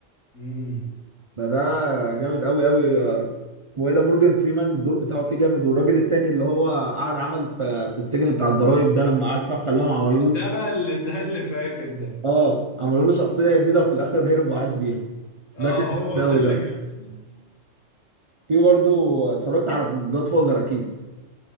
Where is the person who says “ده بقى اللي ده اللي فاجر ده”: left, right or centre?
Left